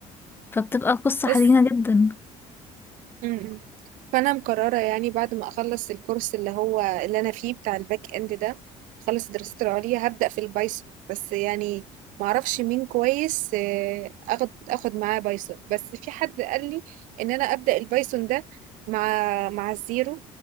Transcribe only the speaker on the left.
فبتبقى قصة
حزينة جدا